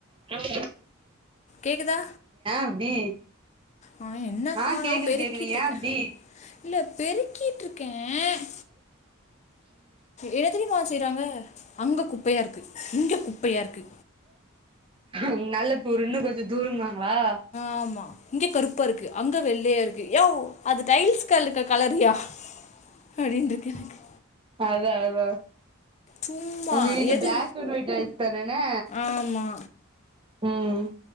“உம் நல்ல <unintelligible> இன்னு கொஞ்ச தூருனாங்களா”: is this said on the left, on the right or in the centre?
Right